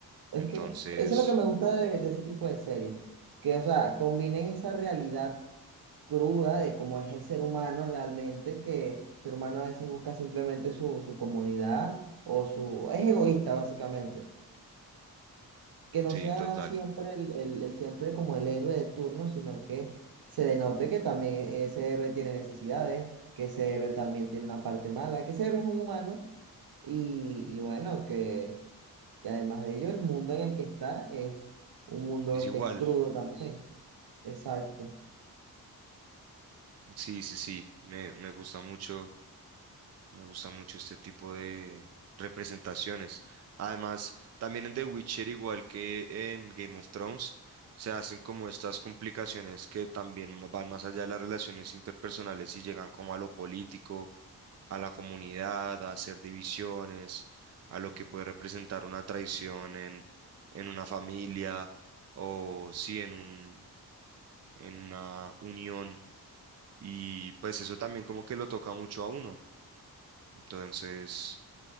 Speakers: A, on the right (about 65°); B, on the right (about 40°).
A: Es
B: Entonces,
A: que eso es lo que me gusta de, de ese tipo de series, que, o sea, combinen esa realidad cruda de cómo es el ser humano realmente, que el ser humano a veces busca simplemente su, su comodidad o su... es egoísta básicamente, que no
B: sí,
A: sea
B: total.
A: siempre el, el- el siempre como el héroe de turno, sino que se denote que también e, ese héroe tiene necesidades, que ese héroe también tiene una parte mala, que ese héroe es un humano. Y, y bueno, que que además de ello el mundo en el que está es un mundo
B: Es igual.
A: que es crudo también. Exacto.
B: Sí, sí, sí, me, me gusta mucho, me gusta mucho este tipo de representaciones. Además, también en The Witcher, igual que en Game of Thrones, se hacen como estas complicaciones que también mo- van más allá de las relaciones interpersonales y llegan como a lo político, a la comunidad, a hacer divisiones, a lo que puede representar una traición en, en una familia o sí en un, en una unión y pues eso también como que lo toca mucho a uno. Entonces,